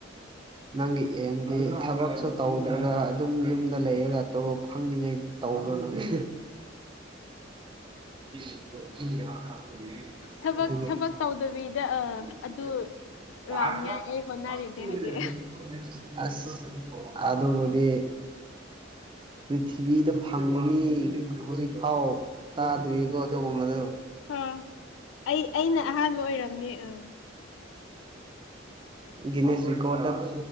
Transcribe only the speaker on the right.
ꯅꯪꯒꯤ ꯑꯦꯝꯗꯤ ꯊꯕꯛꯁꯨ ꯇꯧꯗ꯭ꯔꯒ ꯑꯗꯨꯝ ꯌꯨꯝꯗ ꯂꯩꯔꯒ ꯇꯣꯂꯣꯞ ꯐꯪꯅꯤꯡꯉꯩ INAUDIBLE INAUDIBLE
ꯑꯥꯁ ꯑꯗꯨꯗꯤ ꯄ꯭ꯔꯤꯊꯤꯕꯤꯗ ꯐꯪꯕ ꯃꯤ ꯍꯧꯖꯤꯛꯐꯥꯎ ꯇꯥꯗ꯭ꯔꯤꯕꯣ ꯑꯗꯨꯒꯨꯝꯕꯗꯣ
ꯒꯦꯅꯤꯁ ꯔꯦꯀꯣꯔꯠꯇꯥ